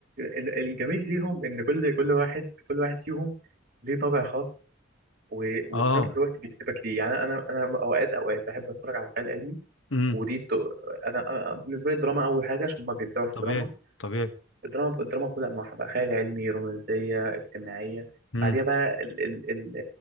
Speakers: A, on the right (about 55°); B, on the left (about 85°).
A: ال- الجميل فيهم ان كل كل واحد كل واحد فيهم ليه طابع خاص و-
B: اه
A: وفي نفس الوقت بيكسبك ليه يعني انا انا اوقات اوقات بحب اتفرج على الخيال العلمي
B: امم
A: ودي ت... انا أنا- بالنسبه لي الدراما اول حاجه عشان هما بيبدعوا في
B: طبيعي
A: الدراما
B: طبيعي
A: الدراما الدراما بكل انواعها بقى خيال علمي رومانسيه اجتماعيه
B: امم
A: بعديها بقى ال... ال... ال...